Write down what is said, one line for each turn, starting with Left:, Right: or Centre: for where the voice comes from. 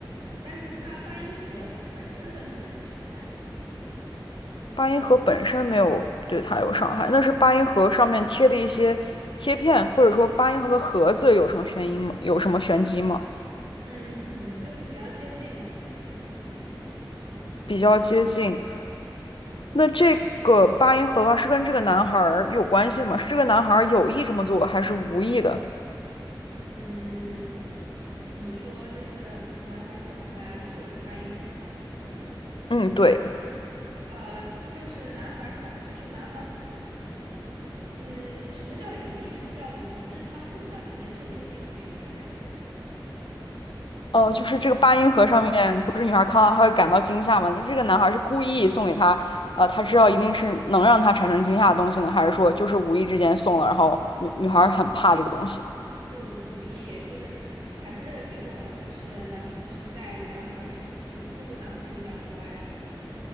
Right: 但是它八音盒本身对它没有伤害。
Left: 八音盒本身没有对它有伤害，那是八音盒上面贴的一些贴片，或者说八音盒的盒子有什么悬疑吗？有什么玄机吗？
Right: 嗯，很就是比较接近了。
Left: 比较接近。那这个八音盒的话，是跟这个男孩儿有关系的吗？是这个男孩儿有意这么做，还是无意的？
Right: 嗯，你说就是男孩儿送他旧的八音盒吗？
Left: 嗯，对。
Right: 呃，就是男孩儿想，就是男孩儿送嗯，什么叫有意，什么叫无意？这是他送的，肯定是有意送给他的呀。
Left: 哦，就是这个八音盒上面不是女孩看到她会感到惊吓吗？那这个男孩是故意送给她，呃，他知道一定是能让她产生惊吓的东西呢，还是说就是无意之间送了，然后女女孩很怕这个东西？
Right: 是无无意，就是产生这个结果是男孩是在男孩儿出，就是出乎男孩儿意料之外的。